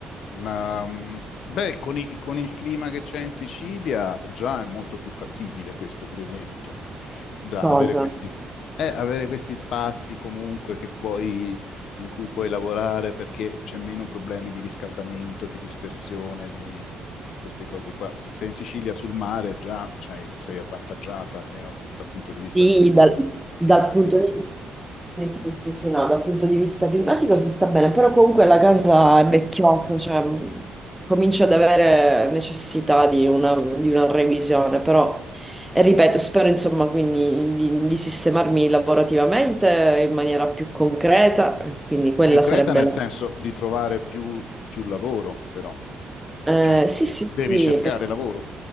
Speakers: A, on the left; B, in the centre.
A: Ma mh, beh, con, i- con il clima che c'è in Sicilia già è molto più fattibile questo, per esempio. Già
B: Cosa?
A: avere questi, eh, avere questi spazi comunque che puoi- in cui puoi lavorare perché c'è meno problemi di riscaldamento, di dispersione, di, di queste cose qua. Se sei in Sicilia sul mare già c'hai- sei avvantaggiata, almeno dal punto
B: Sì,
A: di vista ca-
B: dal,
A: climatico.
B: dal punto di vista... Sì, sì, sì, no, dal punto di vista climatico si sta bene, però comunque la casa è vecchiotta, cioè mh, comincia ad avere necessità di una, di una revisione, però e ripeto, spero insomma quindi di, di sistemarmi lavorativamente in maniera più concreta, eh, quindi quella
A: Concreta
B: sarebbe
A: nel
B: la...
A: senso di trovare più, più lavoro, però.
B: Eh,
A: Cioè,
B: sì, sì,
A: devi
B: sì,
A: cercare
B: per-
A: lavoro,